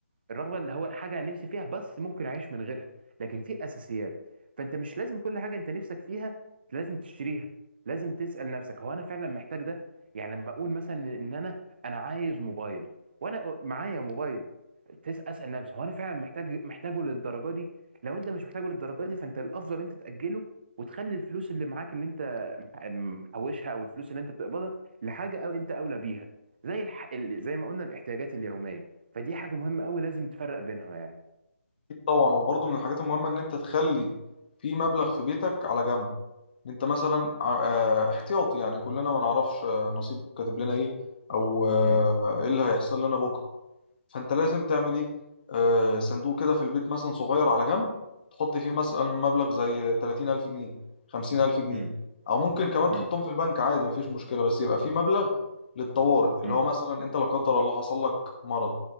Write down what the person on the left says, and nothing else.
أكيد طبعا وبرضه من الحاجات المهمه ان انت تخلي في مبلغ في بيتك على جنب ان انت مثلا ع- أه احتياطي يعني كلنا ما نعرفش آه، نصيب كاتب لنا ايه او آه،
ايه اللي هيحصل لنا بكره فانت لازم تعمل ايه آه صندوق كده في البيت مثلا صغير على جنب تحط فيه مثلا مبلغ زي 30000 جنيه 50000 جنيه
او ممكن كمان تحطهم
في البنك عادي مفيش مشكلة بس يبقى فيه مبلغ للطوارئ اللي
هو مثلا انت لا قدر الله حصل لك مرض